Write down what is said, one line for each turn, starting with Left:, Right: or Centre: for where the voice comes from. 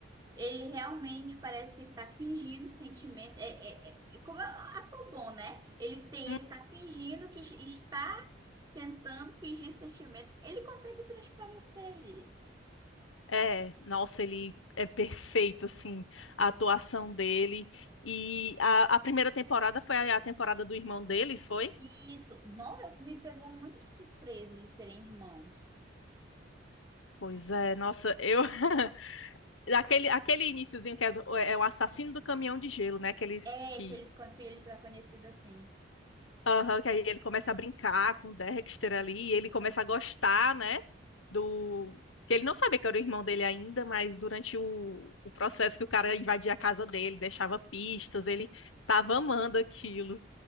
Right: Ele realmente parece que tá fingindo sentimento. É, é, é- é como é um ator bom, né? Ele tem,
Left: Hum,
Right: ele tá fingindo que está tentando fingir sentimento. Ele consegue transparecer ali.
Left: É, nossa, ele é perfeito, assim, a atuação dele. E a, a primeira temporada foi a a temporada do irmão dele, foi?
Right: E isso, não, eu- me pegou muito de surpresa eles serem irmãos.
Left: Pois é, nossa, eu. <laughs> Aquele, aquele iniciozinho que é, do- é é o assassino do caminhão de gelo, né? Aqueles
Right: É
Left: que.
Right: que eles, ele fica conhecido assim.
Left: Aham, que aí ele começa a brincar com o Dexter ali, e ele começa a gostar, né? Do. Que ele não sabia que era o irmão dele ainda, mas durante o, o processo que o cara invadia a casa dele, deixava pistas, ele tava amando aquilo.